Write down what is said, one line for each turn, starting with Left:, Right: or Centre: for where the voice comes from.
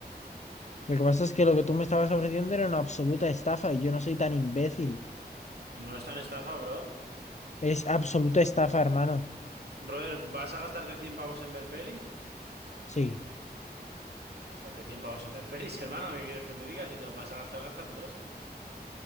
Left: Lo que pasa es que lo que tú me estabas ofreciendo era una absoluta estafa y yo no soy tan imbécil.
Right: No es tan estafa, bro.
Left: Es absoluta estafa, hermano.
Right: Brother, ¿vas a gastarte 100 pavos en ver pelis?
Left: Sí,
Right: Pues gástate 100 pavos en ver pelis, <laughs> hermano. ¿Qué quieres que te diga? Si te los vas a gastar, gástatelos.